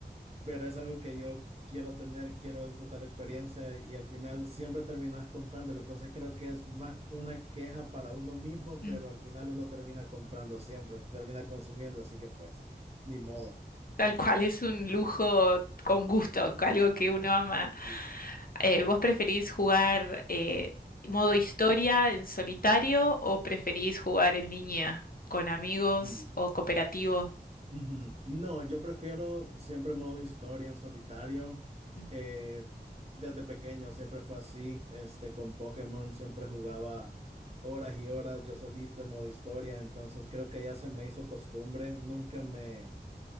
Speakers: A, on the right; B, on the left.
A: pero es algo que yo quiero tener, quiero disfrutar la experiencia y al final siempre terminas comprándolo. Entonces creo que es más una queja para uno mismo,
B: Mm.
A: pero al final uno termina comprando siempre, termina consumiendo, así que pues, ni modo.
B: Tal cual es un lujo con gusto, algo que uno ama.
A: Sí,
B: Eh, ¿vos preferís jugar eh, modo historia en solitario o preferís jugar en línea con amigos
A: sí.
B: o cooperativo?
A: Ujú. No, yo prefiero siempre modo historia en solitario.
B: Mm,
A: Eh, desde pequeño siempre fue así. Este, con Pokémon siempre jugaba horas y horas yo solito en modo historia. Entonces creo que ya se me hizo costumbre. Nunca me,